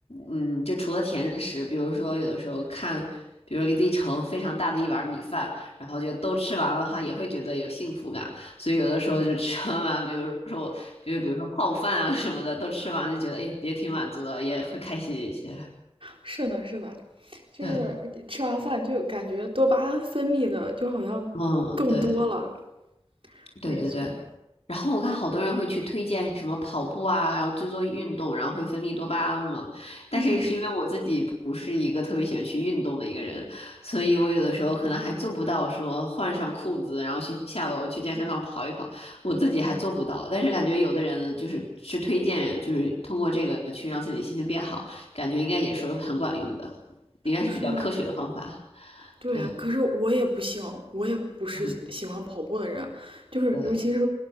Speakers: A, on the left; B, on the right.
A: 嗯，就除了甜食，比如说有的时候看，比如说给自己盛非常大的一碗米饭，然后就都吃完了的话，也会觉得有幸福感。所以有的时候就吃完，比如说就比如说泡饭啊什么的，都吃完就觉得，哎，也挺满足的，也会开心一些。
B: 是的，是的，就是吃完饭就感觉多巴胺分泌的就好像更多了。
A: 对。嗯，对对对对。
B: 没错，
A: 然后我看好多人会去推荐什么跑步啊，然后做做运动，然后会分泌多巴胺嘛。但是是因为我自己不是一个特别喜欢去运动的一个人，
B: 嗯，
A: 所以我有的时候可能还做不到说换上裤子，然后去下楼去健身房跑一跑，我自己还做不到。但是感觉有的人就是是推荐，就是通过这个去让自己心情变好，感觉应该也是很管用的，应该是比较科学的方法。
B: 是的，对啊，
A: 对，
B: 可是我也不行，我也不是喜欢跑步的人，
A: 嗯，
B: 就是尤其是
A: 对，嗯